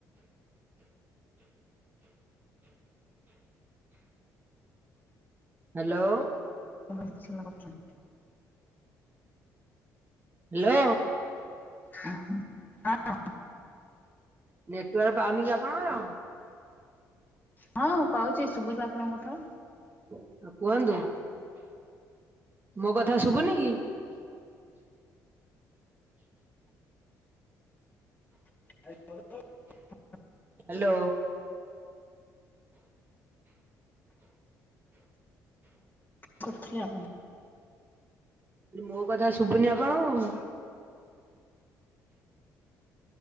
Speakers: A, on the right (about 25°); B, on the left (about 25°).
A: ହାଲୋ।
B: ସ କରୁଛନ୍ତି।
A: ହାଲୋ।
B: ହୁଁ ହଁ
A: ନେତୁଆର୍କ ପାଉନି କି ଆପଣଙ୍କର?
B: ହଁ ପାଉଛି ଶୁଭୁଚି ଆପଣଙ୍କ କଥା।
A: ଆଉ କୁହନ୍ତୁ? ମୋ କଥା ଶୁଭୁନି କି?
B: <unintelligible>
A: ହାଲୋ।
B: କରିଥିଲେ ଆପଣ?
A: ମୋ କଥା ଶୁଭୁନି ଆପଣ କୁ?